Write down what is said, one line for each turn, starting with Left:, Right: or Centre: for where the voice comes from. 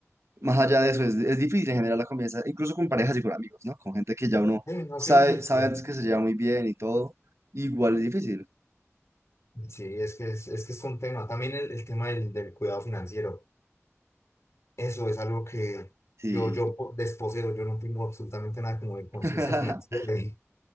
Right: más allá de eso es, es difícil en general la convivencia, incluso con parejas y con amigos, ¿no? Con gente que ya uno
Left: Sí, no,
Right: sabe,
Left: sí, sí,
Right: sabe
Left: que-
Right: antes que se lleva muy bien y todo, igual es difícil.
Left: sí, es que es, es que es un tema. También el, el tema del, del cuidado financiero. Eso es algo que
Right: Sí.
Left: yo, yo po- desposeo, yo no tengo absolutamente nada como de conciencia
Right: <laughs>
Left: financiera y,